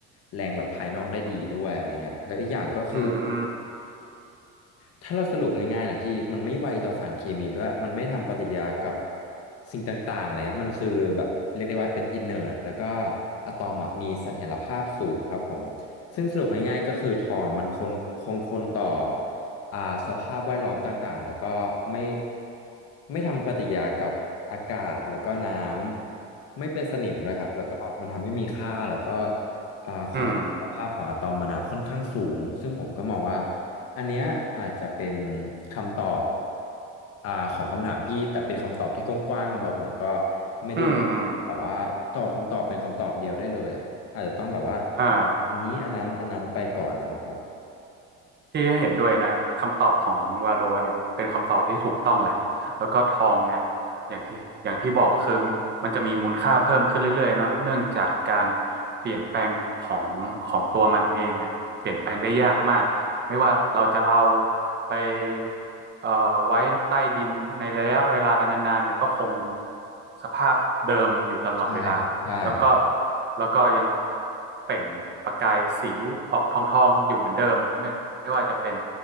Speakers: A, on the left; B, on the right.
A: แรงแบบภายนอกได้ดีด้วยอะไรเงี้ยแล้วอีกอย่างก็คือ
B: อืม
A: ถ้าเราสรุปง่ายๆนะพี่มันไม่ไวต่อสารเคมีด้วยมันไม่ทำปฏิกิริยากับสิ่งต่างๆอะไรเงี้ยมันคือแบบเรียกได้ว่าเป็นอินเนอร์แล้วก็อะตอมอะมีเสถียรภาพสูงครับผมซึ่งสรุปง่ายๆก็คือทอมมันคงคงทนต่ออ่าสภาพแวดล้อมต่างๆแล้วก็ไม่ไม่ทำปฏิกิริยากับอากาศแล้วก็น้ำไม่เป็นสนิมด้วยครับแล้วก็มันทำให้มีค่าแล้วก็อ่าความเสถียรภาพของอะตอมมันอะค่อนข้างสูงซึ่งผมก็มองว่า
B: อืม
A: อันเนี้ยอาจจะเป็นคำตอบอ่าของคำถามพี่แต่เป็นคำตอบที่กว้างๆแบบผมก็ไม่ได้
B: อืมอ
A: แบบว่าตอบคำตอบเป็นคำตอบเดียวได้เลยอ่ะอาจจะต้องแบบว่า
B: ่า
A: อันนี้อันนั้นอันนั้นไปก่อนนะครับผม
B: พี่เห็นด้วยนะคำตอบของวาโลเนี่ยเป็นคำตอบที่ถูกต้องแหละแล้วก็ทองเนี่ยอย่างที่อย่างที่บอกก็คือมมันจะมีมูลค่าเพิ่มขึ้นเรื่อยๆเนาะเนื่องจากการเปลี่ยนแปลงของของตัวมันเองอ่ะเปลี่ยนแปลงได้ยากมากไม่ว่าเราจะเอาไปเอ่อไว้ใต้ดินในระยะเวลานานๆมันก็คงสภาพเดิมอยู่ตลอดเวลา
A: ใช่ครับใช่ครับ
B: แล้วก็แล้วก็ยังเปล่งประกายสีออกทองๆอยู่เหมือนเดิมไม่ ไม่ว่าจะเป็น